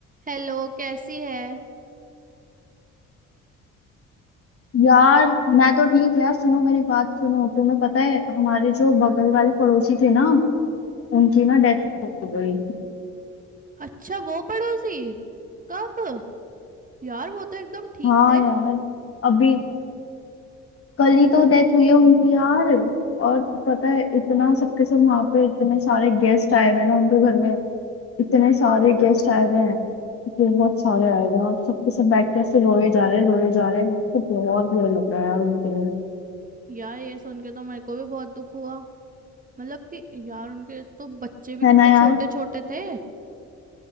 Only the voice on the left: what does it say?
यार मैं तो ठीक यार सुनो मेरी बात सुनो तुम्हें पता है हमारे जो बगल वाले पड़ोसी थे ना उनकी ना डेथ हो गई
हाँ
यार अभी कल ही तो डेथ हुई है उनकी यार और पता है इतना सबके सब वहां पे इतने सारे गेस्ट आए हुए हैं ना उनके घर में इतने सारे गेस्ट आए हुए हैं बहुत सारे आए हुए हैं और सबके सब बैठ के ऐसे रोए जा रहे हैं रोए जा रहे हैं मेरे को बहुत बुरा लग रहा है यार उनके लिए
है
ना यार